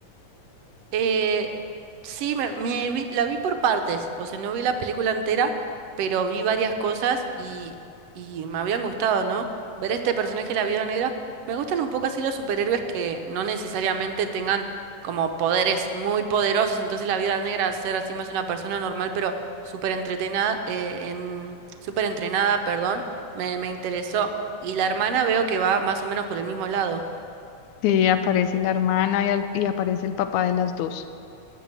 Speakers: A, on the right (about 70°); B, on the left (about 80°).
A: Eh, sí, me, me vi- la vi por partes, o sea, no vi la película entera, pero vi varias cosas y, y me habían gustado, ¿no? Ver este personaje, la Viuda Negra, me gustan un poco así los superhéroes que no necesariamente tengan como poderes muy poderosos, entonces la Viuda Negra ser así más una persona normal, pero súper entretenada, eh, en, súper entrenada, perdón, me, me interesó. Y la hermana veo que va más o menos por el mismo lado.
B: Sí, aparece la hermana y, al- y aparece el papá de las dos.